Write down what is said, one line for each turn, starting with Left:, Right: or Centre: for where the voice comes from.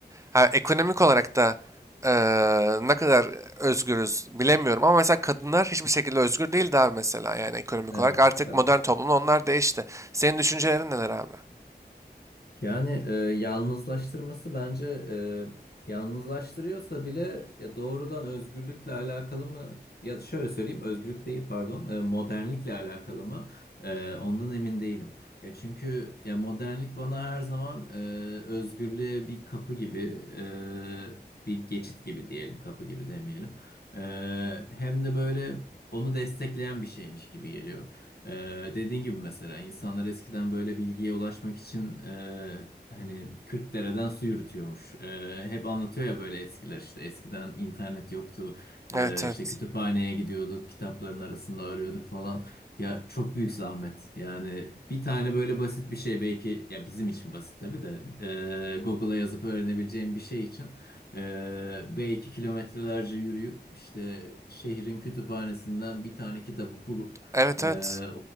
Right: Ha, ekonomik olarak da eee, ne kadar özgürüz bilemiyorum ama mesela kadınlar hiçbir şekilde özgür değildi abi mesela yani ekonomik
Left: Evet,
Right: olarak. Artık
Left: evet.
Right: modern toplumda onlar değişti. Senin düşüncelerin neler abi?
Left: Yani e, yalnızlaştırması bence e, yalnızlaştırıyorsa bile ya doğrudan özgürlükle alakalı mı? Ya şöyle söyleyeyim, özgürlük değil pardon, e, modernlikle alakalı mı? E, ondan emin değilim. Ya çünkü ya modernlik bana her zaman e, özgürlüğe bir kapı gibi, e, bir geçit gibi diyelim, kapı gibi demeyelim. E, hem de böyle onu destekleyen bir şeymiş gibi geliyor. Ee, dediğin gibi mesela insanlar eskiden böyle bilgiye ulaşmak için e, hani 40 dereden su yürütüyormuş. E, hep anlatıyor ya böyle eskiler işte eskiden internet yoktu. E,
Right: Evet evet.
Left: işte kütüphaneye gidiyorduk, kitapların arasında arıyorduk falan. Ya çok büyük zahmet. Yani bir tane böyle basit bir şey belki ya bizim için basit tabii de e, Google'a yazıp öğrenebileceğim bir şey için ee, belki kilometrelerce yürüyüp işte şehrin kütüphanesinden bir tane kitabı bulup
Right: Evet
Left: ee,
Right: evet.